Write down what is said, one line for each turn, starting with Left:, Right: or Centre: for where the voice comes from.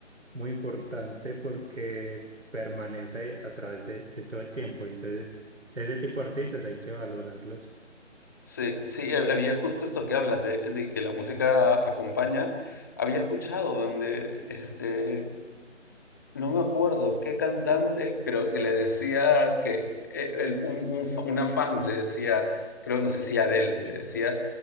Right: muy importante porque permanece a través de, de todo el tiempo. Entonces, ese tipo de artistas hay que valorarlos.
Left: Sí, sí, ha- había justo esto que hablas de, de que la música acompaña. Había escuchado donde, este, no me acuerdo qué cantante, pero que le decía que eh, el, un- un fa- una fan le decía, creo, no sé si Adele, le decía,